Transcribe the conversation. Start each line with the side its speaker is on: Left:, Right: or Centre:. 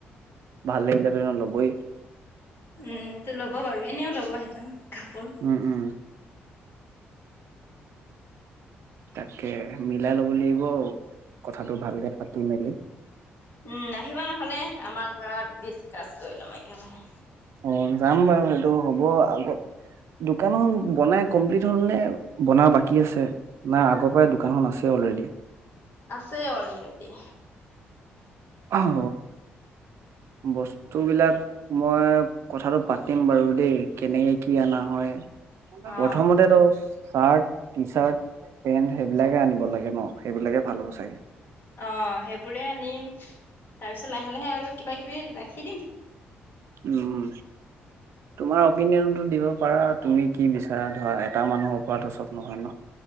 Right: ভাল লাগিলেটো এনেও ল'বই
Left: উম টো ল'ব বাৰু এনেও ল'ব সেইটো কাপোৰ
Right: উম উম তাকে মিলাই ল'ব লাগিব আউ কথাটো ভালকে পাতি মেলি
Left: উম আহিবা নহলে আমাৰ ঘৰত ডিচকাচ কৰি ল'ম একেবাৰে
Right: অ যাম বাৰু সেইটো হ'ব আগত দোকানখন বনাই কমপ্লিট হ'ল নে বনাব বাকী আছে না আগপাই দোকানখন আছে অলৰেডি
Left: আছে অলৰেডি
Right: অহ বস্তু বিলাক মই কথাটো পাতিম বাৰু দেই কেনেকে কি আনা হয়
Left: অ'
Right: প্ৰথমতে ত চাৰ্ট টি চাৰ্ট পেন্ট সেইবিলাকে আনিব লাগে ন সেইবিলাকে ভাল হ'ব চাগে
Left: অ সেইবোৰে আনিম তাৰপিছত লাহে লাহে আৰু কিবা কিবি ৰাখি দিম
Right: উম তোমাৰ অপিনিয়নটো দিব পাৰা তুমি কি বিচাৰা ধৰা এটা মানুহৰ পৰাতো চব ন-